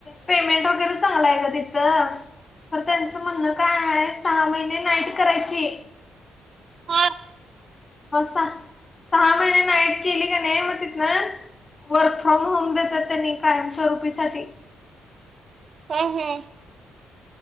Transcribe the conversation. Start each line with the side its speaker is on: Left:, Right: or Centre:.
Left: पेमेंट वगैरे चांगलाय गं तिथं. तर त्यांचं म्हणणं काय आहे सहा महिने नाईट करायची
Right: हा
Left: मग सहा सहा महिने नाईट केली का नाही मग तिथन वर्क फ्रॉम होम देतात त्यांनी कायमस्वरूपीसाठी.
Right: हा हा